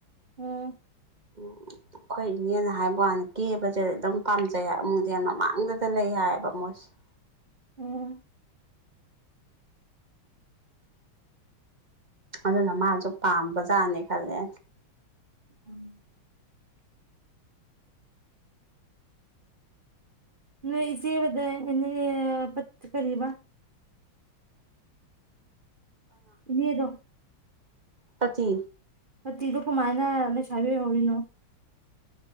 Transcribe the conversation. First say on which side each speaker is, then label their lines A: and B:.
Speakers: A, on the right; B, on the right.
A: ꯎꯝ
B: ꯎꯝ ꯑꯩꯈꯣꯏ ꯏꯅꯦꯅ ꯍꯥꯏꯕ ꯋꯥꯅ ꯀꯦꯕꯁꯦ ꯑꯗꯨꯝ ꯄꯥꯝꯖꯩ ꯍꯥꯏ ꯑꯃꯃꯨꯡꯁꯦ ꯌꯥꯝ ꯃꯃꯥꯡꯗꯗ ꯂꯩ ꯍꯥꯏꯌꯦꯕ ꯃꯣꯏꯁꯦ <inaudible>
A: ꯎꯝ
B: ꯑꯗꯨꯅ ꯃꯥꯁꯨ ꯄꯥꯝꯕꯖꯥꯠꯅꯦ ꯈꯜꯂꯦ
A: ꯎꯝ ꯅꯣꯏꯁꯤꯕ <unintelligible> ꯄꯊ ꯀꯕ ꯏꯅꯦꯔꯣ
B: ꯄꯆꯤ
A: ꯇꯤꯗꯨ ꯀꯃꯥꯏꯅꯁꯕꯤ ꯍꯧꯒꯅꯣ